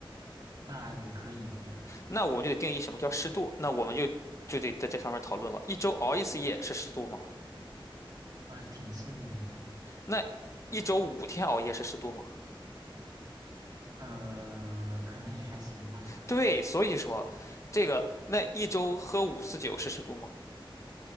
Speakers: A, on the right (about 45°); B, on the left (about 35°).
A: 那也可以对，
B: 那我们就得定义什么叫适度，那我们就就得在这上面讨论了。一周熬一次夜是适度吗？
A: 呃，挺适度的呀，
B: 那一周五天熬夜是适度吗？
A: 呃，可能也还行吧。<laughs>
B: 对，所以说，这个那一周喝五次酒是适度吗？